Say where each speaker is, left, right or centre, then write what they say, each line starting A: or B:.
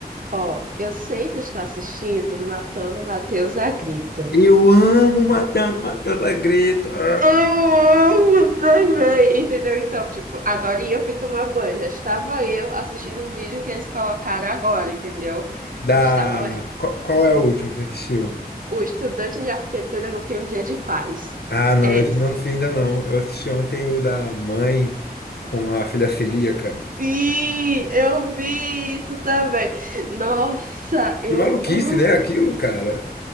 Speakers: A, on the right; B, on the left.
A: ó, eu sempre estou assistindo Matando Matheus a Grito.
B: Eu amo Matando Matheus da Greta.
A: Eu também, entendeu? Então, tipo, agora eu fui tomar banho. Já estava eu assistindo um vídeo que eles colocaram agora, entendeu?
B: Da...
A: Estava
B: Qual, qual é o último que você assistiu?
A: o estudante de arquitetura não tem um dia de paz.
B: Ah, não,
A: É isso.
B: esse não vi ainda não. Eu assisti ontem o da mãe com a filha celíaca.
A: Sim, eu vi isso também. Nossa, eu
B: Que maluquice,
A: amo
B: né? Aquilo, cara.